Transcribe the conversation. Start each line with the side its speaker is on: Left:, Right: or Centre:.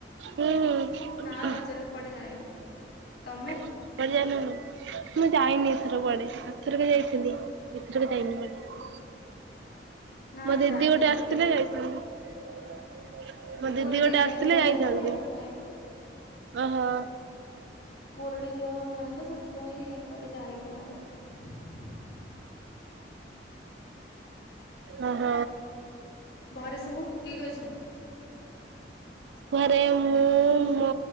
Right: ହୁଁ ହୁଁ।
Left: ନା ରଜରେ କୁଆଡେ ଯାଇନି। ତମେ।
Right: <inaudible> ମୁଁ ଯାଇନି ଏଥର କୁଆଡେ ଆରଥରକ ଯାଇଥିଲି। ଏଥର ଯାଇନି କୁଆଡେ
Left: ନା
Right: ।ମୋ ଦିଦି
Left: ଯାଇନି
Right: ଗୋଟେ
Left: କୁଆଡେ
Right: ଆସିଥିଲେ
Left: ପୁ
Right: ଯାଇଥାନ୍ତି। ମୋ
Left: ପୁଅର
Right: ଦିଦି
Left: ଟିକେ
Right: ଗୋଟେ ଆସିଥିଲେ
Left: ଦେହ ଭଲ
Right: ଯାଇଥାନ୍ତି।
Left: ନାହିଁ ତ ଏଥିପାଇଁ
Right: ଓହୋ।
Left: ପୁଅ ପୁଅର ଟିକେ ଦେହ ଭଲ ନାହିଁ। ତ ସେଥିପାଇଁ କୋଆଟେ ଯାଇନୁ ଆଉ।
Right: ହ, ହ।
Left: ଘରେ ସବୁ। କିଏ କିଏ ଅଛନ୍ତି।
Right: ଘରେ, ମୁଁ, ମୋ